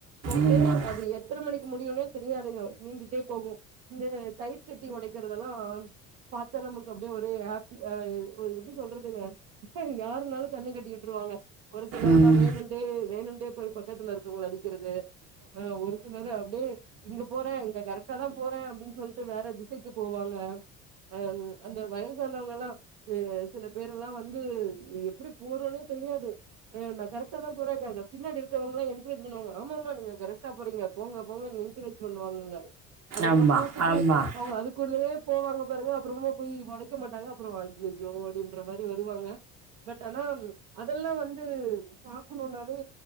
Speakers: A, on the right; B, on the right.
A: போயிட்டு
B: ஆமாம்
A: அது எத் எத்தன மணிக்கு முடியுன்னே தெரியாதுங்க நீண்டுட்டே போகு இந்த தயிர் சட்டி ஒடக்கிறதெல்லா பாத்தா நமக்கு அப்டியே ஒரே ஹேப்பி ஆ எ ஒ எப்டி சொல்றதுங்க யாருனாலுங் கண்ணு கட்டி விட்ருவாங்க ஒரு சிலர்லா
B: ம்
A: வேணுண்ட்டே வேணுன்ட்டே போய் பக்கத்துல இருக்கவுங்கள அடிக்கெறது ஆ ஒரு சிலரு அப்டியே இங்க போற இங்க கரெக்ட்டா தா போற அப்டின் சொல்ட்டு வேற திசைக்கு போவாங்க அ அந்த வயசானவங்கல்லா இ சில பேரெல்லா வந்து எப்டி போறத்னே தெரியாது ஆ நா கரெக்ட்டா தா போறே க பின்னாடி இருக்கவுங்கல்லா என்க்ரேஜ் பண்ணுவாங்க ஆமா ஆ மா நீங்க கரெக்ட்டா போறீங்க போங்க போங்கன் என்கரேஜ் பண்ணுவாங்கங்க அத
B: ஆமாம்
A: பார்த்துட்டு
B: ஆமாம்
A: அவுங்க அதுக்குள்ளயே போவாங்க பாருங்க அப்புறமா போயி உடைக்க மாட்டாங்க அப்ரோ ஐயய்யோ அப்டின்ற மாரி வருவாங்க பட் ஆனா அதெல்லா வந்து பக்கணும்னாவே